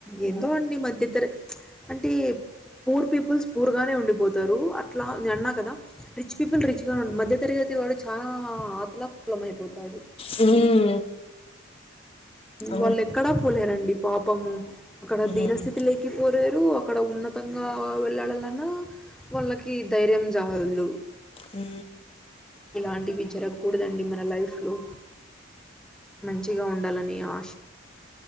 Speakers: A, in the centre; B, on the left (about 25°).
A: ఏందో అండి మధ్యతర అంటే పూర్ పీపుల్స్ పూరుగానే ఉండిపోతారు అట్లా నే అన్నా కదా రిచ్ పీపుల్ రిచ్ గా ఉ మధ్య తరగతి ప్రతి వాడు చాలా ఆతలా కుతలం అయిపోతాడు
B: హ్మ్మ్ అ
A: వాళ్ళు ఎక్కడా పోలేరండి పాపము అక్కడ దిరస్థితి
B: మ్మ్
A: లేకి పోలేరు అక్కడ ఉన్నతంగా వెళ్ళడాలన్నా <unintelligible> వాళ్ళకి ధైర్యం చాలదు
B: ఉ
A: ఇలాంటి విజ జరగకూడదండి మన లైఫ్ లో మంచిగా ఉండాలని ఆశ